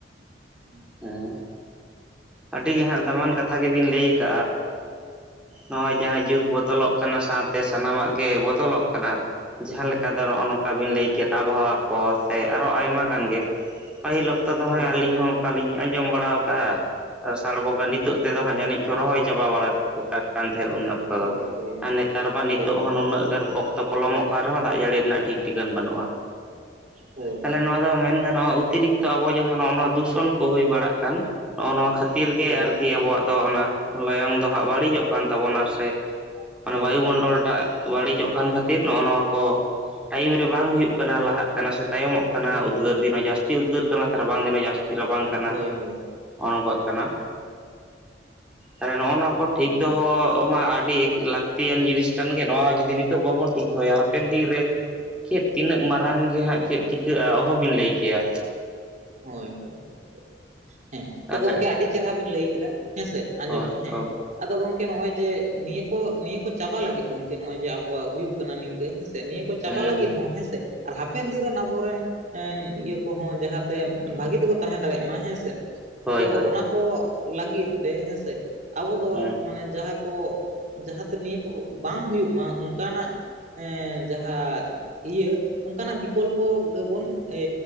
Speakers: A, on the right; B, in the centre.
A: <unintelligible>
B: ᱦᱮᱸ ᱟᱹᱰᱤ ᱜᱮ ᱦᱟᱸᱜ ᱫᱟᱢᱟᱱ ᱠᱟᱛᱷᱟ ᱜᱮᱵᱤᱱ ᱞᱟᱹᱭ ᱠᱟᱜ-ᱟ, ᱱᱚᱜ-ᱚᱭ ᱡᱟᱦᱟᱸ ᱡᱩᱜᱽ ᱵᱚᱫᱚᱞᱚᱜ ᱠᱟᱱᱟ ᱥᱟᱶᱛᱮ ᱥᱟᱱᱟᱢᱟᱜ ᱜᱮ ᱵᱚᱫᱚᱞᱚᱜ ᱠᱟᱱᱟ᱾ ᱡᱟᱦᱟᱸ ᱞᱮᱠᱟ ᱫᱚ ᱱᱚᱜ-ᱚ ᱱᱚᱝᱠᱟ ᱵᱤᱱ ᱞᱟᱹᱭ ᱠᱮᱫ ᱟᱵᱚᱦᱟᱣᱟ ᱠᱚ ᱥᱮ ᱟᱨᱚ ᱟᱭᱢᱟ ᱜᱟᱱ ᱜᱮ, ᱯᱟᱹᱦᱤᱞ ᱚᱠᱛᱚ ᱫᱚ ᱦᱟᱸᱜ
A: ᱦᱳᱭ
B: ᱟᱹᱞᱤᱧ ᱦᱚᱸ ᱚᱱᱠᱟᱞᱤᱧ ᱟᱸᱡᱚᱢ ᱵᱟᱲᱟ ᱠᱟᱜ-ᱟ᱾ ᱟᱥᱟᱲ ᱵᱚᱸᱜᱟ ᱱᱤᱛᱚᱜ
A: ᱦᱳᱭ
B: ᱛᱮᱫᱚ ᱦᱟᱸᱜ ᱡᱟᱹᱱᱤᱡ ᱠᱚ ᱨᱚᱦᱚᱭ ᱪᱟᱵᱟ ᱵᱟᱲᱟᱜ ᱠᱟᱱ ᱛᱟᱦᱮᱸᱫ ᱩᱱᱚᱠ ᱛᱚ
A: ᱦᱳᱭ
B: ᱫᱚ
A: ᱦᱳᱭ ᱦᱳᱭ
B: ᱟᱨ ᱱᱮᱛᱟᱨ ᱢᱟ
A: ᱦᱳᱭ
B: ᱱᱤᱛᱚᱜ
A: ᱜᱚᱢᱠᱮ
B: ᱦᱚᱸ ᱱᱩᱱᱟᱹᱜ ᱜᱟᱱ ᱚᱠ ᱛᱚ ᱯᱚᱞᱚᱢᱚᱜ ᱠᱟᱱ ᱨᱮᱦᱚᱸ ᱫᱟᱜ ᱡᱟᱹᱲᱤ ᱨᱮᱱᱟᱜ ᱴᱷᱤᱠ ᱴᱷᱤᱠᱟᱹᱱ ᱵᱟᱹᱱᱩᱜᱼᱟ᱾
A: ᱦᱳᱭ
B: ᱛᱟᱦᱚᱞᱮ ᱱᱚᱣᱟ ᱫᱚ ᱢᱮᱱ ᱜᱟᱱᱚᱜ-ᱟ ᱚᱛᱤᱨᱤᱠᱛ ᱛᱚ ᱟᱵᱚ ᱡᱟᱦᱟᱸ ᱱᱚᱜ-ᱚ ᱱᱚᱣᱟ ᱫᱩᱥᱚᱱ ᱠᱚ ᱦᱩᱭ ᱵᱟᱲᱟᱜ ᱠᱟᱱ ᱱᱚᱜ-ᱚ ᱱᱚᱣᱟ ᱠᱷᱟᱹᱛᱤᱨ ᱜᱮ
A: ᱦᱳᱭ
B: ᱟᱨᱠᱤ
A: ᱦᱳᱭ
B: ᱟᱵᱚᱣᱟᱜ ᱫᱚ ᱚᱱᱟ ᱞᱟᱭᱚᱝ ᱫᱚ ᱦᱟᱸᱜ ᱵᱟᱹᱲᱤᱡᱚᱜ ᱠᱟᱱ ᱛᱟᱵᱚᱱᱟ ᱥᱮ ᱢᱟᱱᱮ
A: ᱦᱳᱭ
B: ᱵᱟᱭᱩᱢᱚᱱᱰᱚᱞ
A: ᱦᱳᱭ
B: ᱴᱟᱜ ᱵᱟᱹᱲᱤᱡᱚᱜ ᱠᱟᱱ ᱠᱷᱟᱹᱛᱤᱨ ᱱᱚᱜ-ᱚ ᱱᱚᱣᱟ ᱠᱚ ᱴᱟᱭᱤᱢ ᱨᱮ ᱵᱟᱝ ᱦᱩᱭᱩᱜ ᱠᱟᱱᱟ ᱞᱟᱦᱟᱜ ᱠᱟᱱᱟ ᱥᱮ ᱛᱟᱭᱚᱢᱚᱜ ᱠᱟᱱᱟ
A: ᱦᱳᱭ ᱦᱳᱭ
B: ᱩᱫᱽᱜᱟᱹᱨ
A: ᱦᱳᱭ
B: ᱫᱤᱱ ᱦᱚᱸ ᱡᱟᱹᱥᱛᱤ ᱩᱫᱽᱜᱟᱹᱨ ᱠᱟᱱᱟ ᱨᱟᱵᱟᱝ ᱫᱤᱱ ᱦᱚᱸ ᱡᱟᱹᱥᱛᱤ ᱨᱟᱵᱟᱝ ᱠᱟᱱᱟ
A: ᱦᱳᱭ ᱦᱳᱭ
B: ᱱᱚᱜ-ᱚ ᱱᱚᱝᱠᱟ, ᱠᱟᱱᱟ ᱛᱟᱦᱚᱞᱮ ᱱᱚᱜ-ᱚ ᱱᱚᱣᱟ ᱠᱚ ᱴᱷᱤᱠ
A: ᱦᱳᱭ
B: ᱫᱚᱦᱚ ᱢᱟ ᱟᱹᱰᱤ ᱞᱟᱹᱠᱛᱤ ᱞᱟᱹᱠᱛᱤᱭᱟᱱ ᱡᱤᱱᱤᱥ ᱠᱟᱱ ᱜᱮ ᱱᱚᱣᱟ ᱦᱚ ᱡᱩᱫᱤ ᱱᱤᱛᱚᱜ ᱵᱟᱵᱚᱱ ᱴᱷᱤᱠ ᱫᱚᱦᱚᱭᱟ ᱦᱟᱯᱮᱱ ᱫᱤᱱ ᱨᱮ ᱪᱮᱫ ᱛᱤᱱᱟᱹᱜ ᱢᱟᱨᱟᱝ ᱜᱮᱦᱟᱸᱜ ᱪᱮᱫ ᱪᱤᱠᱟᱹᱜᱼᱟ ᱚᱦᱚᱵᱤᱱ ᱞᱟᱹᱭ ᱠᱮᱭᱟ᱾
A: ᱦᱳᱭ ᱦᱳᱭ ᱦᱳᱭ ᱦᱮᱸ
B: ᱛᱟᱦᱚᱞᱮ
A: ᱛᱚ ᱜᱚᱢᱠᱮ ᱟᱹᱰᱤ ᱪᱮᱨᱦᱟ ᱵᱤᱱ ᱞᱟᱹᱭ ᱠᱮᱫᱟ ᱦᱮᱸ ᱥᱮ, ᱟᱸᱡᱚ-ᱟ
B: ᱦᱳᱭ
A: ᱦᱮᱸ᱾
B: ᱦᱳᱭ
A: ᱟᱫᱚ ᱜᱚᱝᱠᱮ ᱱᱚᱜ-ᱚᱭ ᱡᱮ ᱱᱤᱭᱟᱹ ᱠᱚ ᱱᱤᱭᱟᱹ ᱠᱚ ᱪᱟᱵᱟ ᱞᱟᱹᱜᱤᱫ ᱜᱚᱝᱠᱮ ᱱᱚᱜᱼᱚᱭ ᱡᱮ ᱟᱵᱚᱣᱟᱜ ᱦᱩᱭᱩᱜ ᱠᱟᱱᱟ ᱱᱤᱝᱠᱟᱹ ᱦᱮᱸᱥᱮ ᱱᱤᱭᱟᱹ ᱠᱚ ᱪᱟᱵᱟ
B: ᱦᱩᱸ
A: ᱞᱟᱹᱜᱤᱫ
B: ᱦᱩᱸ
A: ᱦᱚᱸ ᱦᱮᱸ ᱥᱮ ᱟᱨ ᱦᱟᱯᱮᱱ ᱫᱤᱱ ᱨᱮᱱ ᱟᱵᱚᱨᱮᱱ ᱤᱭᱟᱹ ᱠᱚᱦᱚᱸ ᱡᱟᱦᱟᱸ ᱛᱮ ᱵᱷᱟᱹᱜᱤ ᱛᱮᱠᱚ ᱛᱟᱦᱮᱸ ᱫᱟᱲᱮᱭᱟᱜ ᱢᱟ ᱦᱮᱸ ᱥᱮ
B: ᱦᱳᱭ
A: ᱛᱚ
B: ᱦᱳᱭ
A: ᱚᱱᱟ ᱠᱚ ᱞᱟᱹᱜᱤᱫ ᱛᱮ ᱦᱮᱸ ᱥᱮ᱾ ᱟᱵᱚ ᱫᱚ
B: ᱦᱮᱸ
A: ᱢᱟᱱᱮ ᱡᱟᱦᱟᱸ ᱠᱚ ᱡᱟᱦᱟᱸᱛᱮ ᱱᱤᱭᱟᱹ ᱠᱚ ᱵᱟᱝ ᱦᱩᱭᱩᱜ ᱢᱟ ᱚᱝᱠᱟᱱᱟᱜ ᱮᱸ ᱡᱟᱦᱟᱸ ᱤᱭᱟᱹ ᱚᱝᱠᱟᱱᱟᱜ ᱵᱤᱠᱚᱞᱯᱚ ᱜᱮᱵᱚᱱ ᱮᱻ